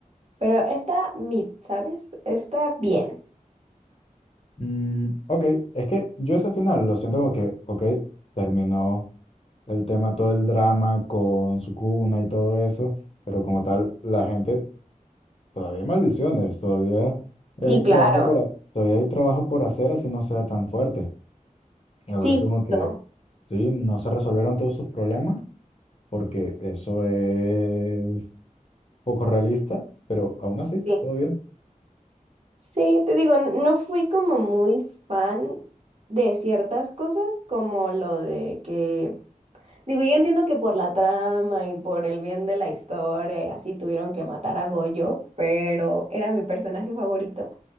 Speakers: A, on the right; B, on the left.
A: pero está mid, ¿sabes? Está bien.
B: Mm, ok, es que yo ese final lo siento como que, ok, terminó. el tema, todo el drama con su cuna y todo eso, pero como tal, la gente, todavía hay maldiciones, todavía
A: Sí,
B: hay
A: claro.
B: trabajo por, ha- todavía hay trabajo por hacer así no sea tan fuerte. Y me
A: Sí,
B: parece como
A: justo.
B: que sí, no se resolvieron todos sus problemas, porque eso es poco realista, pero aún así,
A: Sí.
B: todo bien.
A: Sí, te digo, n- no fui como muy fan de ciertas cosas, como lo de que, digo, yo entiendo que por la trama y por el bien de la historia y así tuvieron que matar a Goyo, pero era mi personaje favorito.